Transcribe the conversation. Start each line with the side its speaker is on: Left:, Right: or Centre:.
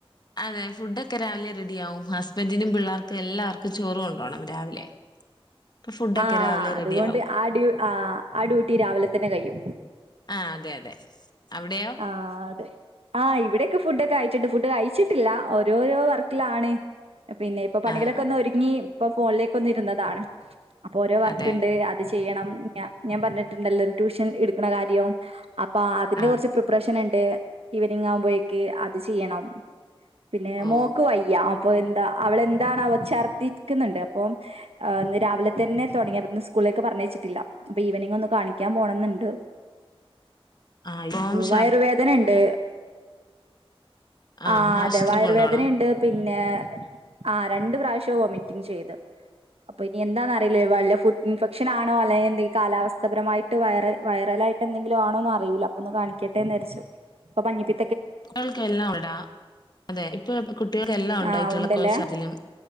Left: അതെ ഫുഡൊക്കെ രാവിലെ റെഡി ആവും ഹസ്ബൻറിനും പിള്ളേർക്കും എല്ലാവർക്കും ചോറും കൊണ്ടോണം രാവിലെ അപ്പൊ ഫുഡൊക്കെ
Right: ആ
Left: രാവിലെ
Right: അതുകൊണ്ട്
Left: റെഡി ആവും
Right: ആടി ആ ആ ഡ്യൂട്ടി രാവിലെ തന്നെ കഴിയും
Left: ആ അതെ അതെ അവിടെയോ
Right: ആ അതെ ആഹ് ഇവിടെയൊക്കെ ഫുഡൊക്കെ ആയിട്ടുണ്ട്ഫുഡ് കഴിച്ചിട്ടില്ല ഓരോരോ വർക്കിലാണ് പിന്നെ ഇപ്പൊ പണികളൊക്കെ
Left: ആഹ്
Right: ഒന്ന് ഒരുങ്ങി ഇപ്പൊ ഫോണിലേക്ക് ഒന്ന് ഇരുന്നതാണ് അപ്പൊ ഓരോ വർക്ക്
Left: അതെ
Right: ഉണ്ട് അത് ചെയ്യണം ഞാൻഞാൻ പറഞ്ഞിട്ടുണ്ടല്ലോ ട്യൂഷൻ എടുക്കണ കാര്യം അപ്പാ അതില്
Left: ആഹ്
Right: കുറച്ച് നണ്ട് ഇവനിങ്ങാകുമ്പോഴേക്ക് അത് ചെയ്യണം പിന്നെ
Left: ഓ
Right: മോക്ക് വയ്യ ആ അപ്പൊ എന്താ അവളെന്താണാവോ ഛർദ്ദിക്കുന്നുണ്ട് അപ്പം ആ ഇന്ന് രാവിലെ തന്നെ തുടങ്ങി ഇന്ന് സ്കൂളിലേക്ക് പറഞ്ഞയച്ചിട്ടില്ല അപ്പൊ ഈവനിങ് ഒന്ന് കാണിക്കാൻ പോണം എന്നുണ്ട്
Left: ആയിവംശ്
Right: വയറുവേദന ഇണ്ട്
Left: ആഹ്
Right: ആ
Left: ആശുപത്രി
Right: അതെ വയറുവേദന
Left: കൊണ്ടോണം
Right: ഇണ്ട് പിന്നെ ആ രണ്ടും പ്രാവശ്യ ഒമിറ്റിംഗ് ചെയ്ത് അപ്പോ ഇനി എന്താ ലേ വല്ല ഫുഡ് ഇൻഫെക്ഷൻ ആണോ അല്ലെങ്കിൽ ഈ കാലാവസ്ഥപരമായിട്ട് വയറ വൈയറലായിട്ട് എന്തെങ്കിലും ആണോന്ന് അറിയൂല അപ്പൊ കാണിക്ക ക്കട്ടെന്ന് രിച്ചു ഇപ്പൊ മഞ്ഞപി
Left: കുട്ടികൾക്ക് എല്ലാം അതാ അതെ ഇപ്പൊ കുട്ടികൾക്കെല്ലാം ഉണ്ടായിറ്റുള്ള
Right: ആഹ് ഉണ്ടല്ലേ
Left: ക്കോറേ ശർദിലും